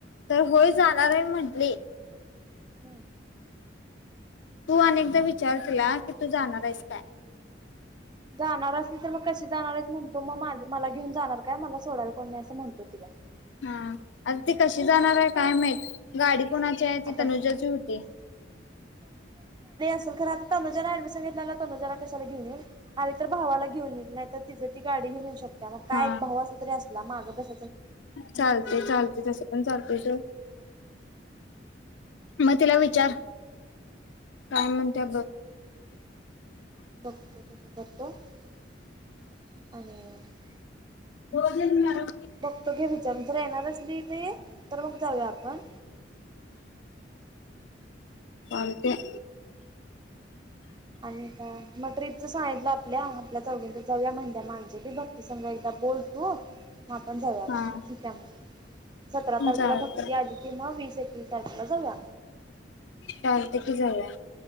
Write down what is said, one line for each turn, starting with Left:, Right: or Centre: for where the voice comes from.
Left: तर
Right: हम्म
Left: होय जाणार आहे म्हंटली.
Right: हम्म
Left: तू आणि विचार तिला की तू जाणार आहेस काय?
Right: जाणार असली तर मग कशी जाणार आहे म्हणतो मग मला घेऊन जाणार काय मला सोडायला कोण नाही असं म्हणतो तिला.
Left: हा आता ती कशी जाणार आहे काय माहित. गाडी कोणाची आहे
Right: आता
Left: त तनुजाची होती.
Right: खरंतर आता तनुजा डमिशन घेतला तर तनुजा ला कशा घेऊ मी. तर भावाला घेऊन येईल नाही तर तिच ती गाडी घेऊन शकते मग काय
Left: हा
Right: एक भाव असल तरी अस तिला मागे बस
Left: चालते चालते तसं पण चालते सोड. मग तिला विचार काय म्हण त्या बघ.
Right: बघतो त्याच्यात आणि..
Left: भोजन न्यारो
Right: बघतो की विचारून तू येणार असली तर ये तर मग जाऊया आपण.
Left: चालतंय.
Right: आणि काय म ट्रीप च सांगितलं आपल्या आपल्या चौघींच्या जवळ म्हणल्या माा म्हणजे ते भक्तीसघ एकदा बोलतो म आपण जाऊया म्हटलं
Left: हा
Right: ठीक आहे म्हटलं. सतरा तारखेला
Left: चालतंय
Right: भक्ती आली म किंवा वीस एक तारखेला जाऊया.
Left: चालतय. की जाऊया